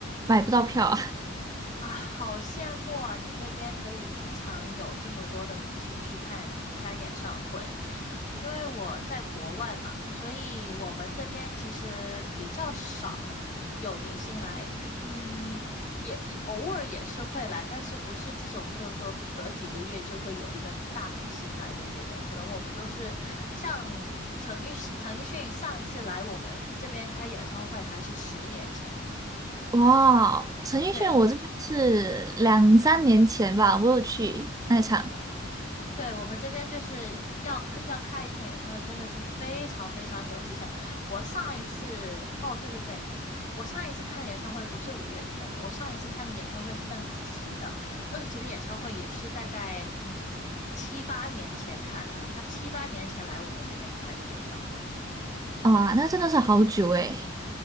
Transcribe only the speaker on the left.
啊，好羡慕啊！你那边可以经常有这么多的明星去看开演唱会，因为我在国外嘛，所以我们这边其实比较少有明星来，嗯，也也偶尔也是会来，但是不是这种，譬如说隔几个月就会有一个大明星来的这种，可能我们都是像陈奕迅，陈奕迅上一次来我们这边开演唱会还是十年前，
对。
对，我们这边就是要要开一场演唱会，真的是非常非常久之前。我上一次，哦，对对对，我上一次看的演唱会不是五月天的，我上一次看的演唱会是邓紫棋的。邓紫棋的演唱会也是大概嗯七八年前看的，她七八年前来我们这边开的演唱会。